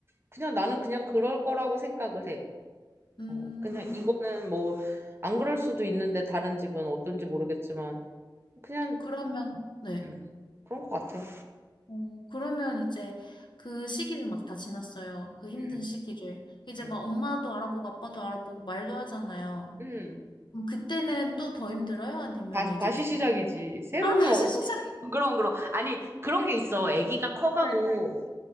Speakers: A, on the right; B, on the left.
A: 그냥 나는 그냥 그럴 거라고 생각을 해.
B: 음,
A: 어, 그냥 이거는 뭐, 안 그럴 수도 있는데, 다른 집은 어떤지 모르겠지만, 그냥,
B: 그러면, 네.
A: 음, 그런 것 같아요.
B: 어, 그러면 이제 그 시기를 막 다 지났어요. 그 힘든
A: 음,
B: 시기를. 이제
A: 음,
B: 막 엄마도 알아보고 아빠도 알아보고 말도 하잖아요.
A: 음.
B: 그 그때는 또 더 힘들어요? 아니면
A: 다,
B: 이제
A: 다시
B: 좀.
A: 시작이지. 새로운,
B: 아, 다시
A: 어,
B: 시작해.
A: <laughs> 그럼, 그럼. 아니, 그런 게 있어. 아기가 커가고,
B: 네.